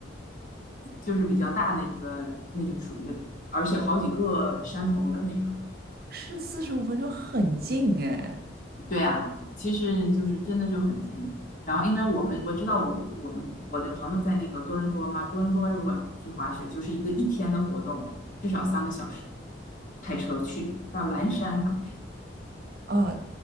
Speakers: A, on the left; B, on the right.
A: 就是比较大的一个，那就属于一个，而且好几个山头儿的那种。
B: 是四十五分钟很近哎，
A: 对啊，其实就是真的就很近。然后因为我们我知道我我们我的朋友在那个多伦多嘛，多伦多如果要是去滑雪，就是一个一天的活动，至少三个小时，开车去到蓝山他们是。
B: 啊，